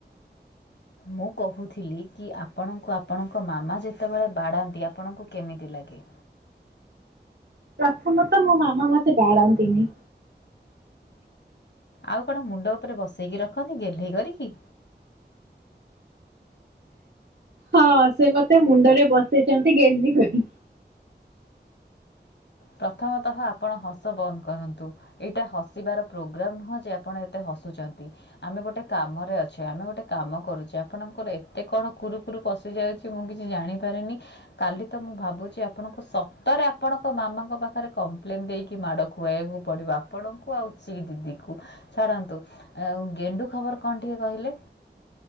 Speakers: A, on the left; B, on the right.
A: ମୁଁ କହୁଥିଲି କି ଆପଣଙ୍କୁ ଆପଣଙ୍କ ମାମା ଯେତେବେଳେ ବାଡ଼ାନ୍ତି ଆପଣଙ୍କୁ କେମିତି ଲାଗେ?
B: ପ୍ରଥମତ ମୋ ମାମା ମତେ ବାଡ଼ାନ୍ତିନି।
A: ଆଉ କଣ ମୁଣ୍ଡ ଉପରେ ବସେଇକି ରଖନ୍ତି ଗେ୍େଇ କରିକି
B: ହଁ ସେ ମତେ ମୁଣ୍ଡରେ ବସେଇ ଚ଼ନ୍ତି ଗେହ୍ଲି କରି।
A: ପ୍ରଥମତଃ ଆପଣ ହସ ବନ୍ଦ୍ କରନ୍ତୁ। ଏଇଟା ହସିବାର ପ୍ରୋଗ୍ରାମ୍ ନୁହେଁ ଯେ ଆପଣ ଏତେ ହସୁଚ଼ନ୍ତି। ଆମେ ଗୋଟେ କାମରେ ଅଛେ ଆମେ ଗୋଟେ କାମ କରୁଛେ ଆପଣଙ୍କର ଏତେ କଣ କୁରୁ ଉପରୁ ପଶି ଯାଉଚି ମୁଁ କିଛି ଜାଣିପାରେନି। କାଲି ତ ମୁଁ ଭାବୁଚି ଆପଣଙ୍କୁ ସତରେ ଆପଣଙ୍କ ମାମା ଙ୍କ ପାଖରେ କମ୍ପ୍ଲେନ୍ ଦେଇକି ମାଡ଼ ଖୁଆଇବାକୁ ପଡ଼ିବ ଆପଣଙ୍କୁ ଆଉ ସେ ଦିଦିକୁ। ଛାଡ଼ନ୍ତୁ ଆଉ ଗେଣ୍ଡୁ ଖବର କଣ ଟିକେ କହିଲେ?